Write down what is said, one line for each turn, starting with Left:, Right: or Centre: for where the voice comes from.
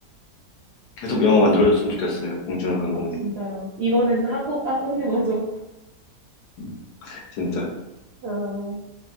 Left: 계속
Right: 음,
Left: 영화 만들어줬으면 좋겠어요. 봉준호 감독님.
Right: 아, 진짜요. 이번에는 한국, 한국 영화 좀,
Left: 음, 진짜.
Right: 아,